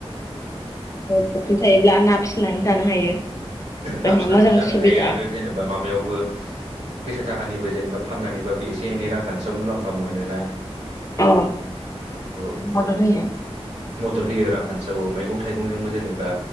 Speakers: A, on the left; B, on the right.
A: फुख्रि थायोब्ला ना फिसिनानै जानो हायो जोंहा
B: ना फिसिनानैबो
A: मोजां
B: जानो
A: सुबिदा
B: हायो आरो जेनेबा माबायावबो फैसा थाखानिबो जेनेबा फाननानै फ्रावबो एसे एनै रांखान्थियाव मुलाम्फा मोनोना
A: औ
B: औ
A: मदद होयो
B: मदद होयो रांखान्थियावो मैगं थाइगंजोंबो जेनेबा